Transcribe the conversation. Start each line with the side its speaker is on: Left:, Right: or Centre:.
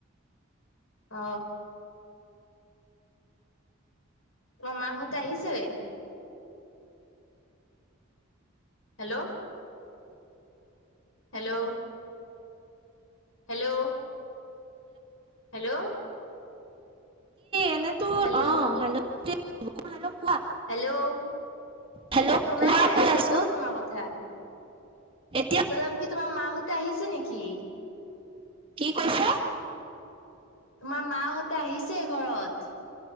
Left: অ তোমাৰ মাহঁতে আহিছেই হেল্ল' হেল্ল' হেল্ল' হেল্ল'
Right: এনে তোৰ
Left: হেল্ল',
Right: অ হেল্লে
Left: হেল্ল'
Right: হেল্ল'
Left: শুনাই
Right: কোৱা
Left: নাই
Right: কৈ
Left: গাইছ
Right: আছো
Left: তোমাৰ কথা
Right: এতিয়া
Left: সলাম কি তোমাৰ মাহঁতে আহিছে নেকি
Right: কি কৈছ?
Left: তোমাৰ মাহঁতে আহিছে ঘৰত?